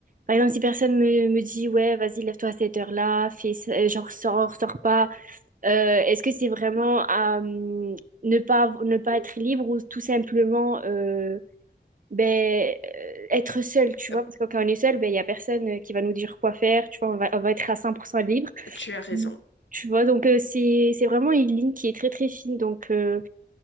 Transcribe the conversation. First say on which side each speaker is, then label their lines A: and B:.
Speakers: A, on the right (about 45°); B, on the left (about 80°).
A: par exemple, si personne me, me dit ouais, vas-y, lève-toi à cette heure-là, fais, ça- euh, genre sors, sors pas. Euh, est-ce que c'est vraiment euh, ne pas, ne pas être libre ou tout simplement euh, ben, euh, être seul, tu vois?
B: Euh,
A: Parce que quand on est seul, ben, il n'y a personne euh, qui va nous dire quoi faire, tu vois, on va, on va être à 100% libre,
B: Tu as raison.
A: Mm. tu vois? Donc, euh, c'est, c'est vraiment une ligne qui est très, très fine. Donc, euh,